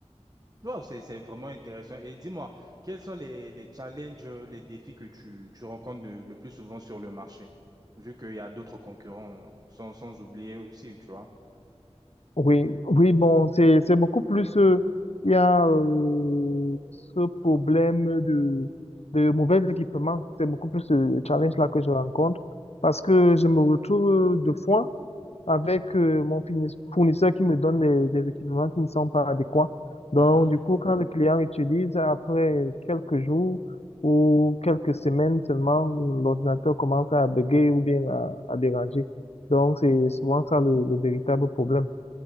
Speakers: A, on the right (about 35°); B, on the left (about 70°).
A: Wow, c'est, c'est vraiment intéressant. Et dis-moi, quels sont les, les challenges, euh, les défis que tu, tu rencontres de- le plus souvent sur le marché, vu qu'il y a d'autres concurrents, hein, sans, sans oublier aussi, tu vois.
B: Oui, oui, bon, c'est, c'est beaucoup plus. euh, Il y a euh, ce problème de, de mauvais équipement. C'est beaucoup plus le challenge là que je rencontre parce que je me retrouve euh, deux fois. avec euh, mon fournis- fournisseur qui me donne des, des équipements qui ne sont pas adéquats. Donc,
A: Mhm.
B: du coup, quand le client utilise, après quelques jours ou quelques semaines seulement, l'ordinateur commence à bugger ou bien à, à déranger. Donc, c'est souvent ça le, le véritable problème.